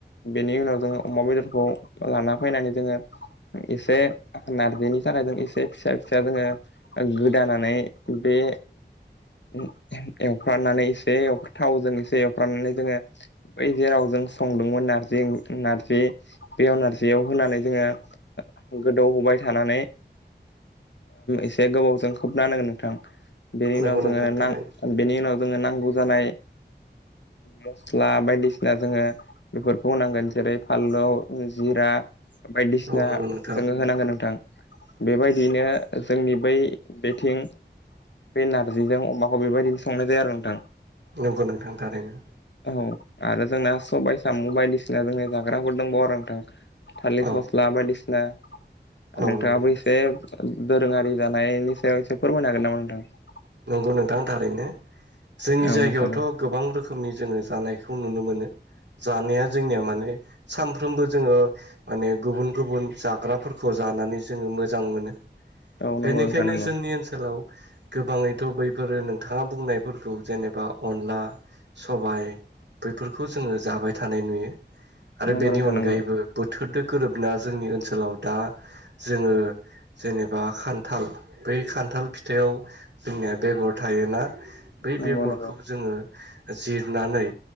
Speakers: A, on the left (about 75°); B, on the right (about 70°).
A: बेनि उनाव जोङो अमा बेदरखौ लाना फैनानै जोङो। एसे नारजिनि थाखायजों एसे फिसा फिसा जोङो गोदानानै बे। बे एवफ्रनानै एसे थावजों एसे एवफ्रनानै जोङो बै जेरावजों। संदोंमोन नारजि नारजि बेयाव नारजियाव होनानै जोङो। गोदौहोबाय थानानै एसे गोबावजों खोबनाानांगोन नोंथां बेनि
B: नंगौ
A: उनाव
B: नोंथां
A: जोङो
B: थारैनो
A: बेनि उनाव। जोङो नांगौ जानाय मस्ला बायदिसिना जोङो। बेफोरखौ होनांगोन जेरै फानलौ जिरा बायदिसिना
B: औ नंगौ नोंथां
A: जोङो होनांगोन नोंथां। बेबायदियैनो जोंनि बै आथिं बे नारजिजों अमाखौ बेबायदिनो संनाय जायो आरो नोंथां।
B: नोंगौ नोंथांथारनो
A: औ आरो जोंना सबायाइ साम' बायदिसिना जोंनि जाग्राफोर दंबाव आरो नोंथां। थालिर
B: औ
A: फस्ला बायदिसिना
B: औ
A: नोंथाङाबो
B: नंगौ नोंथां
A: एसे। दोरोङारि जानायनि सायाव एसे फोरमायनो हागोन नामा नोंथां।
B: नंगौ नोंथां थारैनो। जोंनि जायगायावथ
A: औ नोंथां
B: गोबां रोखोमनि जोङो जानायखौ नुनो मोनो। जानाया जोंनिया माने। सानफ्रोमबो जोङो माने गुबुन गुबुन जाग्राफोरखौ जानानै जोङो मोजां मोनो।
A: औ
B: बेनिखायनो
A: नंगौ नोंथां नंगौ
B: जोंनि ओनसोलाव गोबाङै। थ' बैफोरो नोंथाङा बुंनायफोरखौ जेनेबा अनला, सबाइ बैफोरखौ जोङो जाबाय थानाय नुयो आरो
A: नंगौ
B: बेनि
A: नोंथां
B: अनगायैबो
A: नंगौ
B: बोथोर दो गोरोबना जोंनि ओनसोलाव दा जोङो जेनेबा खान्थाल बै खान्थाल फिथायाव जोंनिया बेगर थायोना बै
A: नंगौ
B: बेगरखौ
A: नंगौ
B: जोङो। जिरनानै